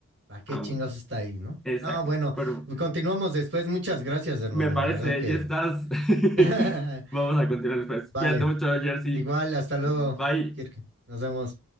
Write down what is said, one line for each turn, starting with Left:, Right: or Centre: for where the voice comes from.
Right: ¿Para qué
Centre: aún.
Right: chingados está ahí, no?
Centre: Exacto.
Right: No, bueno,
Centre: Pero
Right: continuamos después. Muchas gracias, hermano.
Centre: me parece,
Right: La verdad que...
Centre: ya estás.
Right: <laughs>
Centre: <laughs> Vamos a continuar después.
Right: Vale,
Centre: Cuídate mucho, Jersey.
Right: igual, hasta luego,
Centre: Bye.
Right: Kirk. Nos vemos.